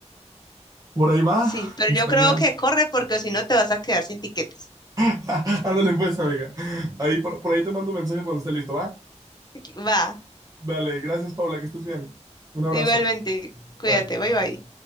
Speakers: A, on the right; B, on the left.
A: Por ahí va,
B: Sí, pero
A: estaría.
B: yo creo que corre porque si no te vas a quedar sin tiquetes.
A: <laughs> Ándale pues, amiga. Ahí por, por ahí te mando un mensaje cuando esté listo, ¿va?
B: Aquí- Va,
A: Dale, gracias, Paula, que estés bien. Un abrazo.
B: igualmente. Cuídate,
A: Bye.
B: bye bye.